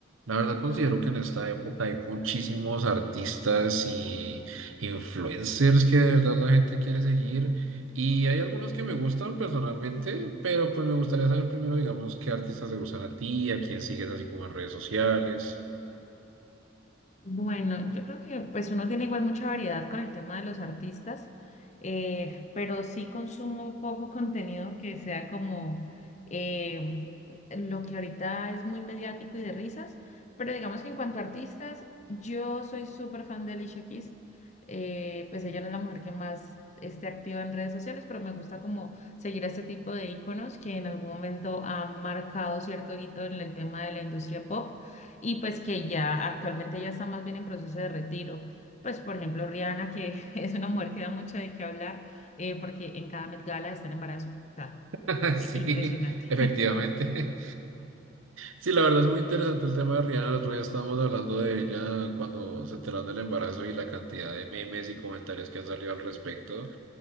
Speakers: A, on the right (about 90°); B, on the left (about 35°).
A: La verdad considero que en esta época hay muchísimos artistas y influencers que de verdad la gente quiere seguir y hay algunos que me gustan personalmente, pero pues me gustaría saber primero, digamos, qué artistas te gustan a ti, a quién sigues así como en redes sociales.
B: Bueno, yo creo que pues uno tiene igual mucha variedad con el tema de los artistas, eh, pero sí consumo poco contenido que sea como eh, lo que ahorita es muy mediático y de risas, pero digamos que en cuanto a artistas, yo soy súper fan de Alicia Keys, eh, pues ella no es la mujer que más esté activa en redes sociales, pero me gusta como seguir a este tipo de íconos que en algún momento han marcado cierto hito en el tema de la industria pop y pues que ya actualmente ya está más bien en proceso de retiro. Pues por ejemplo Rihanna, que <laughs> es una mujer que da mucho de qué hablar, eh, porque en cada Met Gala está en embarazo. O sea,
A: <laughs>
B: eh,
A: Sí,
B: impresionante.
A: efectivamente. Sí, la verdad es muy interesante el tema de Rihanna. El otro día estábamos hablando de ella cuando se enteraron del embarazo y la cantidad de memes y comentarios que han salido al respecto.